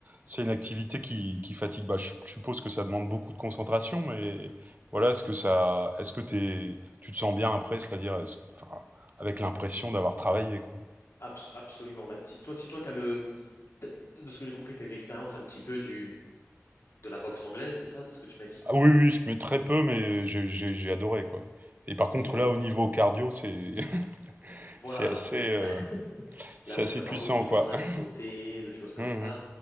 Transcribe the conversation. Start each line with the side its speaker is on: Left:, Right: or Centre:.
Right: c'est une activité qui qui fatigue? Bah, je je suppose que ça demande beaucoup de concentration, mais voilà, est-ce que ça est-ce que t'es tu te sens bien après? C'est-à-dire, est-ce que enfin, avec l'impression d'avoir travaillé, quoi?
Left: abs- absolument. Bah, si, soit si toi, t'as le, de ce que j'ai compris, tu as eu l'expérience un petit peu du, de la boxe anglaise, c'est ça? C'est ce que tu m'as dit?
Right: Ah oui, oui, je mets très peu, mais j'ai j'ai j'ai adoré, quoi et par contre,
Left: Donc la
Right: là,
Left: bo-
Right: au niveau cardio, c'est <laughs>
Left: voilà,
Right: c'est assez,
Left: donc l-
Right: heu,
Left: <laughs>
Right: c'est
Left: là où
Right: assez
Left: tu vas
Right: puissant,
Left: faire beaucoup de cordes
Right: quoi.
Left: à
Right: <laughs>
Left: sauter, de choses comme
Right: Mmh
Left: ça,